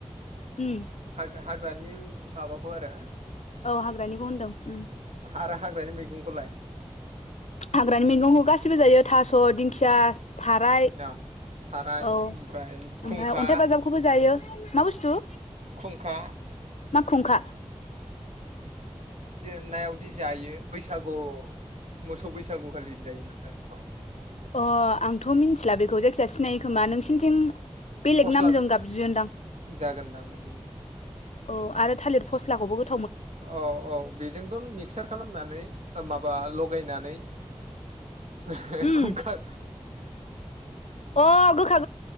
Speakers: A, on the left (about 80°); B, on the right (about 85°).
A: उम
B: हाग-हाग्रानि माबाखौ आरो।
A: औ हाग्रानिखौ होनदों उम
B: आरो हाग्रानि मैगंखौलाय
A: हाग्रानि मैगंखौ गासिबो जायो। थास' दिंखिया। थाराय।
B: औ थाराय
A: औ
B: ओमफ्राय खुंखा
A: ओमफ्राय अन्थाइ बाजाबखौबो जायो। मा बुसथु।
B: खुंखा।
A: मा खुंखा।
B: नायावदि जायो बैसागुव मोसौ बैसागुखालि जायो मोनदां बेखौ।
A: अ आंथ' मिथिला बेखौ जायखिजाया सिनायो खोमा नोंसिनथिं बेलेग
B: फस्ला
A: नामजों गाबज्रियोनदां।
B: जागोनदां बिदिनो
A: औ आरो थालिर फस्लाखौबो गो
B: औ औ बेजोंथ' मिक्सार खालामनानै माबा लगायनानै <unintelligible>
A: उम
B: खुंखा।
A: अ गोखा।